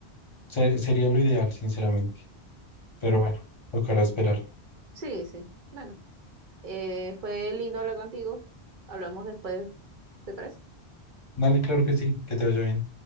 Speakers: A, on the left (about 30°); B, on the right (about 55°).
A: se- sería lo ideal, sinceramente. Pero bueno, tocará esperar.
B: Sí, sí. Bueno, eh, fue lindo hablar contigo. Hablamos después, ¿te parece?
A: Dale, claro que sí, que te vaya bien.